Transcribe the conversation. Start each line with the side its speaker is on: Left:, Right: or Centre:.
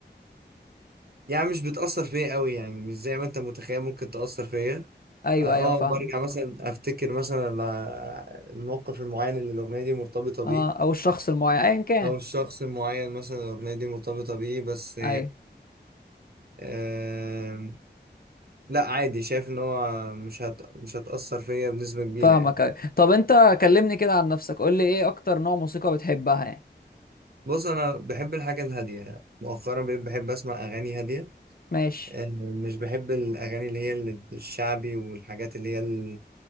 Right: يعني مش بتاثر فيا قوي يعني مش زي ما انت متخيل ممكن تاثر فيا
Left: ايوه
Right: اه
Left: ايوه فاهمه
Right: آه، برجع مثلا افتكر مثلا ال- الموقف المعين اللي الاغنيه دي مرتبطه
Left: اه
Right: بيه
Left: او الشخص المعين ايا كان
Right: او الشخص المعين مثلا الاغنيه دي مرتبطه بيه بس
Left: ايوه
Right: يعني لا عادي شايف ان هو مش هت... مش هتأثر فيا بنسبة كبيرة
Left: فاهمك
Right: يعني
Left: ايوه طب انت كلمني كده عن نفسك قول لي ايه اكتر نوع موسيقى بتحبها يعني
Right: بص انا بحب الحاجة الهادية يعني. مؤخرا بقيت بحب اسمع اغاني هادية
Left: ماشي
Right: آه، مش بحب الاغاني اللي هي ال- الشعبي والحاجات اللي هي ال-